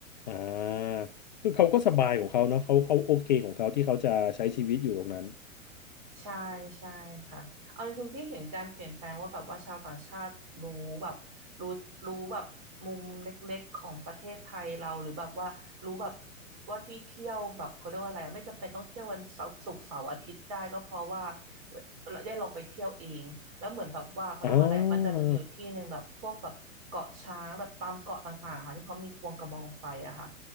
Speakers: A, on the left; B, on the right.
A: อ่าคือเขาก็สบายของเขาเนาะเขาเขาโอเคของเขาที่เขาจะใช้ชีวิตอยู่ตรงนั้น
B: ใช่ใช่ค่ะเอาจริงๆที่เห็นการเปลี่ยนแปลงว่าแบบว่าชาวต่างชาติรู้แบบรู้รู้แบบมุมเล็กๆของประเทศไทยเราหรือแบบว่ารู้แบบว่าที่เที่ยวแบบเขาเรียกว่าอะไรอะไม่จำเป็นต้องเที่ยววันเสาร์ศุกร์เสาร์อาทิตย์ได้ก็เพราะว่าเราได้ลงไปเที่ยวเองแล้วเหมือนแบบว่าเขาเรียกว่าอะไรอะมันจะมีอยู่ที่หนึ่งแบบพวกแบบเกาะช้างแบบตามเกาะต่างๆค่ะที่เขามีควงกระบองไฟอะค่ะ
A: อ่า